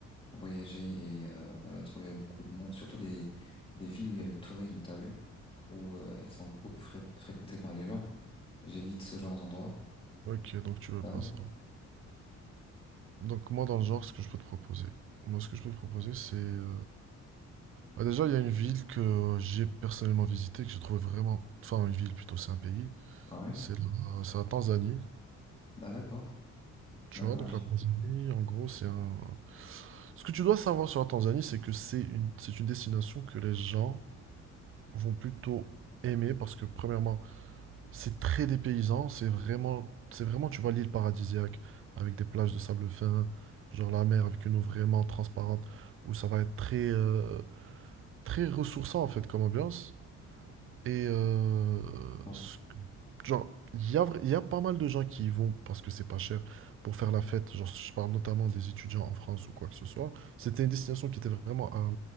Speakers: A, on the left; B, on the right.
A: Voyager et euh, voilà, trouver beaucoup de monde, surtout des, des villes où il y a le tourisme, t'as vu, où euh, elles sont beaucoup fré- fréquentées par les gens. J'évite ce genre d'endroit.
B: Ok, donc tu veux
A: T'as
B: pas
A: vu?
B: ça. Donc moi, dans le genre, ce que je peux te proposer. Moi, ce que je peux te proposer, c'est... euh, bah, déjà, il y a une ville que j'ai personnellement visitée, que j'ai trouvé vraiment... Enfin, une ville plutôt, c'est un pays.
A: Ah oui.
B: C'est la, c'est la Tanzanie.
A: Ah d'accord,
B: Tu
A: d'accord,
B: vois, donc
A: j'y-
B: la Tanzanie, en gros, c'est un... Ce que tu dois savoir sur la Tanzanie, c'est que c'est une, c'est une destination que les gens vont plutôt aimer parce que, premièrement, c'est très dépaysant, c'est vraiment, c'est vraiment, tu vois, l'île paradisiaque avec des plages de sable fin, genre la mer avec une eau vraiment transparente où ça va être très, euh, très ressourçant en fait comme ambiance. Et euh,
A: bon.
B: ce Genre, il y a, vra- il y a pas mal de gens qui y vont parce que c'est pas cher pour faire la fête. Genre, je parle notamment des étudiants en France ou quoi que ce soit. C'était une destination qui était vraiment à,